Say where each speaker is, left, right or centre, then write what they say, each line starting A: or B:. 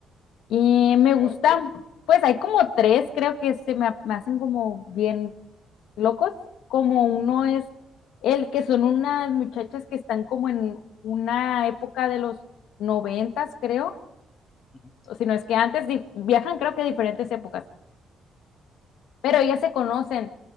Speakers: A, on the left; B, on the left.
A: Y
B: que te
A: me
B: haya-
A: gusta, pues hay como tres, creo que se me me hacen como bien locos, como uno
B: Ujú,
A: es el que son unas muchachas que están como en una época de los noventas, creo,
B: ujú.
A: o si no es que antes di- viajan, creo que a diferentes épocas, pero ellas se conocen,